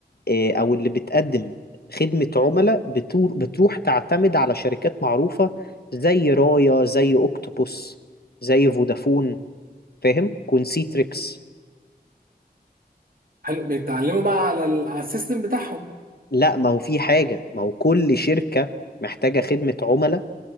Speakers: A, on the left (about 70°); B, on the right (about 60°).
A: آه، او اللي بتقدم خدمة عملاء بتور- بتروح تعتمد على شركات معروفة زي رايا زي اوكتوبوس زي فودافون فاهم كونسيتريكس
B: حلو بيتعلموا بقى على ال- على السيستم بتاعهم
A: لا ما هو في حاجة ما هو كل شركة محتاجة خدمة عملاء